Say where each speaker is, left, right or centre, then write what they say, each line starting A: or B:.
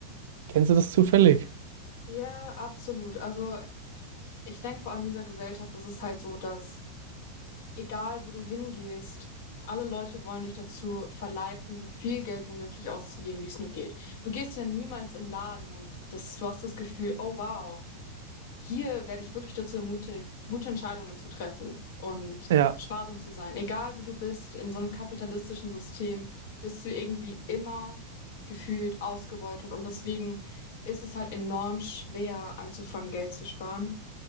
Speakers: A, on the right (about 55°); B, on the left (about 55°).
A: Kennst du das zufällig?
B: Ja, absolut. Also ich denke vor allem in dieser Gesellschaft ist es halt so, dass Egal, wo du hingehst, alle Leute wollen dich dazu verleiten, so viel Geld wie möglich auszugeben, wie es nur geht. Du gehst ja niemals in den Laden und das, du hast das Gefühl, oh wow, hier werde ich wirklich dazu ermutigt, gute Entscheidungen zu treffen und
A: Ja,
B: sparsam zu sein. Egal, wo du bist, in so einem kapitalistischen System bist du irgendwie immer gefühlt ausgebeutet und deswegen ist es halt enorm schwer anzufangen, Geld zu sparen.